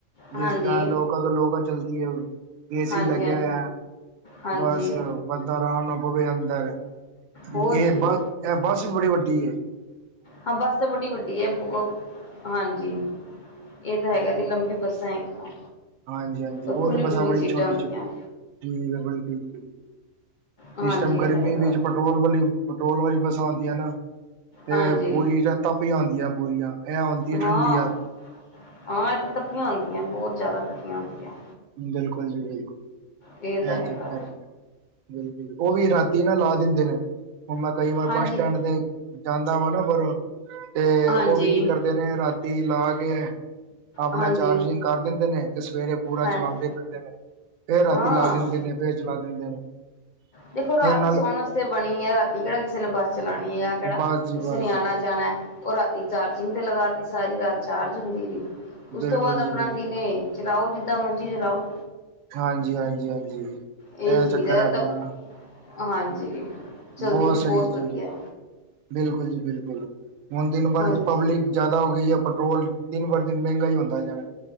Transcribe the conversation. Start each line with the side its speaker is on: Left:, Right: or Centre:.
Left: ਹਾਂਜੀ
Right: ਜਿਸ ਤਰ੍ਹਾਂ ਲੋਕਾਂ ਤੋਂ ਲੋਕਲ ਚੱਲਦੀ ਏ। ਏਸੀ
Left: ਹਾਂਜੀ
Right: ਲੱਗਿਆ
Left: ਹਾਂਜੀ ਹਾਂਜੀ
Right: ਬੱਸ ਬੰਦਾ ਰਾਭ ਨਾਲ ਪਵੇ ਅੰਦਰ
Left: ਹੋਰ
Right: ਇਹ
Left: ਕੀ
Right: ਬ ਇਹ ਬਸ ਵੀ ਬੜੀ ਵੱਡੀ ਏ।
Left: ਹਾਂ ਬਸ ਤਾਂ ਬੜੀ ਵੱਡੀ ਹੈ। ਬ ਹਾਂਜੀ। ਇਹ ਤਾਂ ਹੈਗਾ ਵੀ ਲੰਬੀ ਬੱਸਾਂ ਹੈਗੀਆਂ।
Right: ਹਾਂਜੀ, ਹਾਂਜੀ।
Left: ਔਰ
Right: ਉਹ
Left: ਖੁੱਲੀ
Right: ਤੇ ਬੱਸਾਂ
Left: ਡੁੱਲੀ
Right: ਬੜੀ
Left: ਸੀਟਾਂ
Right: ਛੋਟੀ,
Left: ਹੁੰਦੀਆਂ
Right: ਛੋਟੀ ਠੀਕ ਆ ਬਿਲਕੁਲ ਜੀ ਬਿਲਕੁ
Left: ਹਾਂਜੀ
Right: ਇਸ ਟਾਈਮ ਗਰਮੀ
Left: ਇਹ ਤਾਂ ਹੈਗਾ
Right: ਵਿੱਚ ਪੈਟਰੋਲ ਵਾਲੀ ਪੈਟਰੋਲ ਵਾਲੀ ਬੱਸਾ ਆਦੀਆਂ ਨਾ
Left: ਹਾਂਜੀ
Right: ਇਹ ਪੂਰੀ ਤਪੀਆ ਆਦੀਆਂ ਪੂਰੀਆਂ ਇਹ ਆਉਂਦੀ
Left: ਹਾਂ
Right: ਠੰਡੀ ਆ
Left: ਹਾਂ ਇਹ ਤੱਪੀਆਂ ਹੁੰਦੀਆਂ, ਬਹੁਤ ਜਿਆਦਾ ਤਪੀਆਂ ਹੁੰਦੀਆਂ।
Right: ਬਿਲਕੁਲ ਜੀ ਬਿਲਕੁਲ
Left: ਇਹ ਤਾਂ
Right: ਐ
Left: ਹੈਗਾ
Right: ਚਕਰ ਐਗਾ। ਬਿਲਕੁਲ ਓ ਵੀ ਤ ਨਾ ਲਾ ਦਿੰਦੇ ਨੇ ਹੁਣ ਮੈਂ ਕਈ ਵਾਰ
Left: ਹਾਂਜੀ
Right: ਬੱਸ ਸਟੈਂਡ ਤੇ ਜਾਂਦਾ ਵਾ ਨਾ ਬਾਰੋ ਤੇ
Left: ਹਾਂਜੀ
Right: ਓ ਵੀ ਕੀ ਕਰਦੇ ਨੇ ਰਾਤੀ ਲਾ ਕੇ ਆਪਣਾ
Left: ਹਾਂਜੀ
Right: ਚਾਰਜਿੰਗ ਕਰ ਦਿੰਦੇ ਨੇ ਤੇ ਸਵੇਰੇ ਪੂਰਾ
Left: ਹਾਂਜੀ
Right: ਚਲਾਉਂਦੇ ਫਿਰਦੇ ਨੇ ਫੇਰ ਰਾਤੀ
Left: ਹਾਂ
Right: ਲਾ ਦਿੰਦੇ ਨੇ ਫੇਰ ਚਲਾ ਦਿੰਦੇ ਨੇ।
Left: ਦੇਖੋ ਰਾਤ
Right: ਇਹ ਨਾਲ
Left: ਸੋਣ ਵਾਸਤੇ ਬਣੀ ਐ। ਰਾਤੀ ਕਿਹੜਾ ਕਿਸੇ ਨੇ ਬੱਸ ਚਲਾਉਣੀ ਐ ਜਾਂ ਕਿਹੜਾ
Right: ਬਸ ਜੀ
Left: ਕਿਸੇ
Right: ਬਸ
Left: ਨੇ
Right: ਜੀ।
Left: ਆਣਾ ਜਾਣਾ। ਉਹ ਰਾਤੀ ਚਾਰਜਿੰਗ ਤੇ ਲਗਾ ਤ ਸਾਰੀ ਰਾਤ ਚਾਰਜ ਹੁੰਦੀ ਰਹੀ। ਉਸ
Right: ਬਿਲਕੁਲ
Left: ਤੋਂ ਬਾਅਦ ਆਪਣਾ
Right: ਜੀ ਬਿਲਕੁਲ
Left: ਦਿਨੇ ਚਲਾਓ ਜਿੱਦਾਂ ਮਰਜ਼ੀ ਚਲਾਓ।
Right: ਹਾਂਜੀ, ਹਾਂਜੀ, ਹਾਂਜੀ।
Left: ਇਹ ਚੀਜ਼
Right: ਚੱਕਰ
Left: ਐ ਇਕ
Right: ਹੈਗਾ
Left: ਤਾਂ
Right: ਨਾ
Left: ਹਾਂਜੀ। ਚਲਦੀ
Right: ਬਹੁਤ
Left: ਵੀ
Right: ਸਹੀ ਚੀਜ਼
Left: ਵਧੀਆ
Right: ਹੈ ਬਿਲਕੁਲ ਜੀ ਬਿਲਕੁਲ। ਹੁਣ ਦਿਨ ਬਰ
Left: ਹਾਂਜੀ
Right: ਪਬਲਿਕ ਜਿਆਦਾ ਹੋ ਗਈ ਹੈ। ਪੈਟਰੋਲ ਦਿਨ ਬਰ ਦਿਨ ਮਹਿੰਗਾ ਹੀ ਹੁੰਦਾ ਜਾਣਾ।